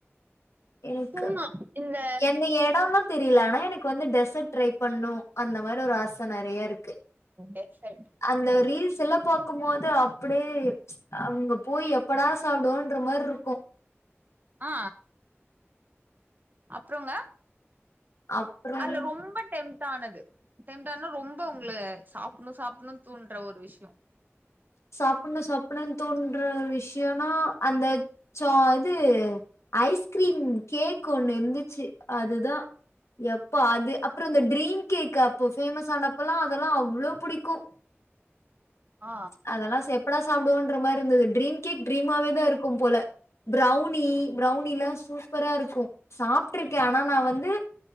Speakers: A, on the left (about 80°); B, on the right (about 40°).
A: எனக்கு
B: சும்மா இந்த
A: எந்த எடம்லா தெரியில ஆனா எனக்கு வந்து டெசட் ட்ரை பண்ணு அந்த மாரி ஒரு ஆச நெறைய இருக்கு
B: டெசர்ட்
A: அந்த
B: ம்
A: ரீல்ஸ் எல்லா பாக் கும்போது அப்டியே அங்க போய் எப்படா சாப்டுவோன்ற மார்ருக்கு
B: ஆ அப்றோங்க
A: அப்புறம்
B: அல்ல ரொம்ப டெம் ட்டானது டெம்ட்டானா ரொம்ப உங்கள சாப்பட்ணு சாப்பட்ணுன் தூண்ற ஒரு விஷ்யோ
A: சாப்பட்ணு சாப்பட்ணுன் தூண்ற விஷ்யோனா அந்த சா இது ஐஸ்க்ரீம் கேக் ஒன்னுர்ந்துச்சி அதுதா எப்பா அது அப்றோ இந்த ட்ரீம் கேக்கு அப்போ ஃபேமஸ் ஆனப்பல்லா அதெல்லா அவ்ளோ புடிக்கு
B: ஆ
A: அதெல்லா செ எப்படா சாப்டுவோன்ற மார்ருந்துது ட்ரீம் கேக் ட்ரீமாவே தா இருக்கும் போல ப்ரௌனி ப்ரௌனில்லா சூப்பரா இருக்கு சாப்ட்ருக்கே ஆனா நா வந்து